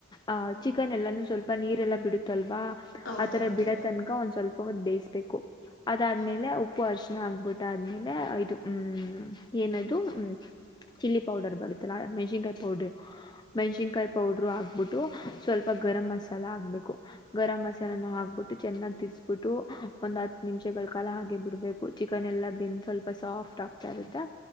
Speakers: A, on the left (about 20°); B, on the left (about 60°).
A: ಆಹ್
B: ಹ್ಮ್
A: ಚಿಕನ್ ಎಲ್ಲಾನು ಸ್ವಲ್ಪ ನೀರೆಲ್ಲಾ ಬಿಡುತ್ತವಾ
B: ಹೌದು
A: ಆತರ
B: ಹೌದು
A: ಬಿಡತನಕ
B: ಹ್ಮ್
A: ಒಂದ್ ಸ್ವಲ್ಪ ಹೊತ್ತು ಬೇಯಿಸ್ಬೇಕು ಅದಾದ್ಮೇಲೆ
B: ಹ್ಮ್
A: ಉಪ್ಪು ಅರಿಶಿನ ಆಗ್ಬಿಟ್ಟ ಆದ್ಮೇಲೆ ಇದು ಹ್ಮ್ ಏನದು ಹ್ಮ್ ಚಿಲ್ಲಿ ಪೌಡರ್ ಬರುತ್ತಲ್ಲ ಮೆಣ್ಸಿನ್ಕಾಯಿ ಪೌಡ್ರ
B: ಹ್ಮ್
A: ಮೆಣಸಿನ್ಕಾಯಿ
B: ಹ್ಮ್ ಹ್ಮ್
A: ಪೌಡರು ಆಕ್ಬಿಟ್ಟು ಸ್ವಲ್ಪ
B: ಹ್ಮ್
A: ಗರಂ ಮಸಾಲ ಹಕ್ಬೇಕು ಗರಂ ಮಸಾಲಾನ ಹಾಕ್ಬಿಟ್ಟು ಚೆನ್ನಾಗ್ ತಿರುಗಿಸಿಬಿಟ್ಟು ಒಂದ್ ಹತ್ತು ನಿಮಿಷಗಳ ಕಾಲ ಹಾಕ ಬಿಡ್ಬೇಕು ಚಿಕನ್ ಎಲ್ಲ ಬೆಂದು ಸ್ವಲ್ಪ ಸಾಫ್ಟ್ ಆಗ್ತಾ ಇರುತ್ತೆ